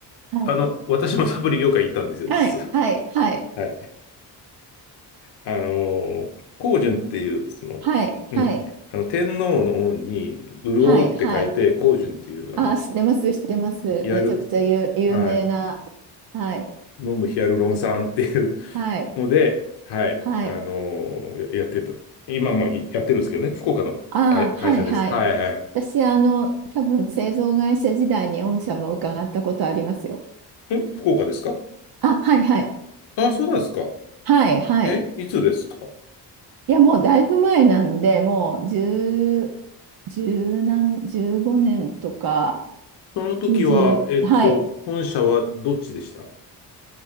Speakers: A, on the right (about 60°); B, on the left (about 75°).
A: はい、
B: あの、私もサプリ業界にいたんですよ、
A: はい、
B: 実は。
A: はい、はい、
B: はいあの、光順っていう、その、
A: はい、はい、
B: うん、あの、天皇の王に、潤うって書いて、
A: はい、はい。
B: 光順っていう、
A: あ、
B: あの、
A: 知ってます、知ってます。
B: ヒアル、
A: めちゃくちゃ有、有名な。
B: はい、
A: はい、
B: 飲むヒアルロン酸っていう
A: はい、
B: ので、はい、
A: はい。
B: あの、ややってた。今もやってるんですけどね、福岡の会、
A: あ、
B: 会社です。
A: はい、はい。
B: はいはい。
A: 私、あの、多分製造会社時代に御社も伺ったことありますよ。
B: ん福岡ですか
A: あ、はいはい。
B: あ、そうなんですか。
A: はいはい。
B: え、いつですか
A: いや、もうだいぶ前なんで、もう10、10何、15年とか、
B: その時は、
A: 20、
B: えっと、
A: はい。
B: 本社はどっちでした